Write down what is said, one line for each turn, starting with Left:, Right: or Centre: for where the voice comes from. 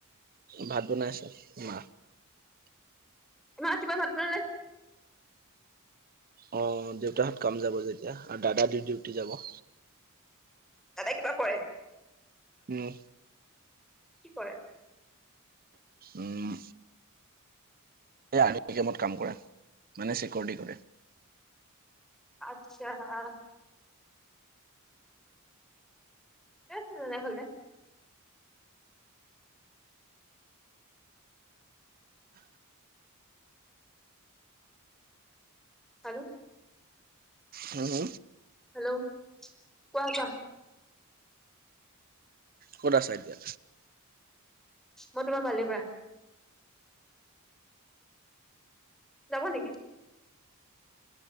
Right: ভাত বনাই আছে মাহ,
Centre: ইমান ৰাতিপুৱাই ভাত বনালে,
Right: অ দেউতাহঁত কাম যাব যে এতিয়া আৰু দাদা দি ডিউটি যাব।
Centre: দাদাই কিবা কৰে।
Right: উম,
Centre: কি কৰে।
Right: উম এই আৰ্মি কেমত কাম কৰে মানে চিকিউৰিটি কৰে।
Centre: আচ্ছা আ, ঠিকে আছে তেনে হলে। হেল্ল',
Right: হেল্ল,
Centre: হেল্ল' কোৱা কোৱা।
Right: ক'ত আছা এতিয়া।
Centre: মই তোমাৰ বালিৰ পৰা। যাব নেকি।